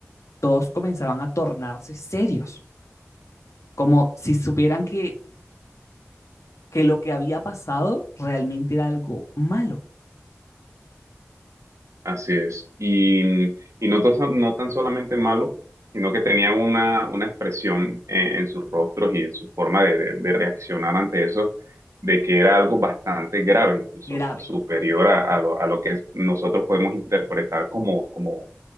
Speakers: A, on the left (about 80°); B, on the right (about 90°).
A: todos comenzaban a tornarse serios, como si supieran que, que lo que había pasado realmente era algo malo,
B: Así es. Y, y no, to- no tan solamente malo, sino que tenía una, una expresión en, en sus rostros y en su forma de, de- de reaccionar ante eso, de que era algo bastante grave, incluso
A: grave,
B: superior a, a lo, a lo que nosotros podemos interpretar como, como,